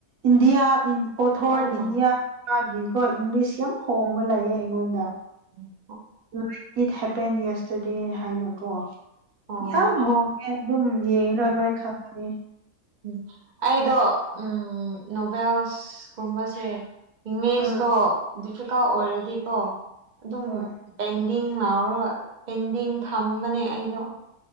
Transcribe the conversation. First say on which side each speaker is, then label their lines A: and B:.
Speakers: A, on the right (about 70°); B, on the right (about 55°).
A: ꯏꯟꯗꯤꯌꯥ ꯑꯣꯊꯔ
B: ꯂꯣꯏꯅꯃꯛ
A: ꯏꯟꯗꯤꯌꯥ ꯃꯥꯒꯤꯀꯣ ꯏꯪꯂꯤꯁ ꯌꯥꯝ ꯍꯣꯡꯕ ꯂꯩꯌꯦ ꯑꯩꯉꯣꯟꯗ
B: ꯑꯣ
A: ꯂꯥꯏꯛ ꯏꯠ ꯍꯦꯄꯦꯟ ꯌꯦꯁꯇꯔꯗꯦ ꯍꯥꯏꯅꯀꯣ
B: ꯑꯣ
A: ꯌꯥꯝ ꯍꯣꯡꯉꯦ ꯑꯗꯨꯝ ꯌꯦꯡꯔ
B: ꯎꯝ
A: ꯂꯣꯏ ꯈꯪꯉꯅꯤ
B: ꯎꯝ ꯑꯩꯗꯣ ꯎꯝ ꯅꯣꯕꯦꯜꯁꯀꯨꯝꯕ ꯏꯪꯂꯤꯁꯇꯣ
A: ꯑꯥ
B: ꯗꯤꯐꯤꯀꯜ ꯑꯣꯏꯔꯗꯤꯀꯣ ꯑꯗꯨꯝ꯫
A: ꯍꯣꯏ
B: ꯄꯦꯟꯗꯤꯡ ꯂꯥꯎꯔꯒ ꯄꯦꯟꯗꯤꯡ ꯊꯝꯕꯅꯦ ꯑꯩꯗꯣ